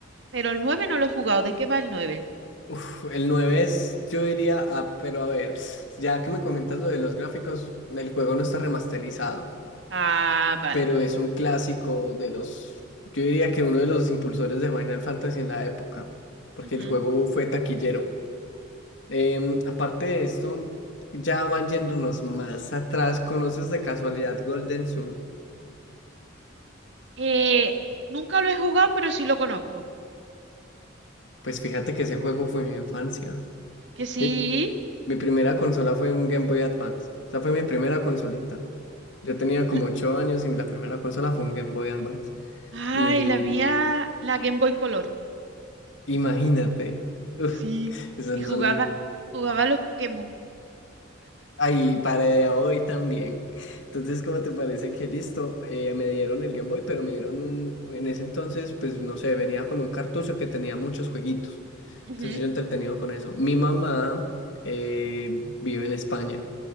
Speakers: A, on the right (about 65°); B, on the left (about 75°).
A: Pero el 9 no lo he jugado. ¿De qué va el nueve?
B: Uf, el nueve es, yo diría, ah, pero a ver, ya que me comentas lo de los gráficos, el juego no está remasterizado,
A: Ah, vale.
B: pero es un clásico de los, yo diría que uno de los impulsores de Final Fantasy en la época, porque
A: Ujú.
B: el juego fue taquillero. Em, aparte de esto, ya van yéndonos más atrás, ¿conoces de casualidad Golden Sun?
A: Eh, nunca lo he jugado, pero sí lo conozco.
B: Pues fíjate que ese juego fue mi infancia.
A: Que sí.
B: Mi, mi primera consola fue un Game Boy Advance. Esa fue mi primera consolita. Yo tenía como
A: l-
B: ocho años y la primera consola fue un Game Boy Advance.
A: Ay,
B: Y
A: la mía, la Game Boy Color.
B: imagínate, <laughs> uf,
A: Sí,
B: esos
A: y
B: no
A: jugaba,
B: son
A: jugaba a los Pokémon.
B: ahí para hoy también. Entonces, ¿cómo te parece que listo? eh, me dieron el Game Boy, pero me dieron un, en ese entonces, pues no sé, venía con un cartucho que tenía muchos jueguitos.
A: Ujú,
B: Entonces yo entretenido con eso. Mi mamá eh, vive en España.